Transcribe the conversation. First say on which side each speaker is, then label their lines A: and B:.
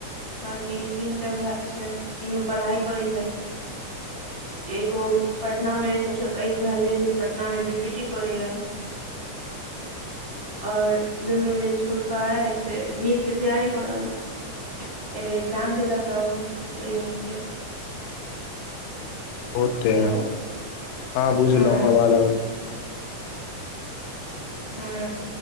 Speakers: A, on the left (about 50°); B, on the left (about 85°).
A: बकी तीनटा भै छथि तीनू पढ़ाइ करै छथि। एगो पटना मे सबसे पैघ भए जे है से पटना मे बी पी टी करैया।
B: <inaudible>
A: और <unintelligible> छोटका है से नीट के तैयारी कऽ रहल हे। एहि बेर एक्जाम देल जा हूँ नीट के।
B: होते
A: हेलो
B: हँ बुझलहु
A: हँ
B: अवाज आ
A: हँ।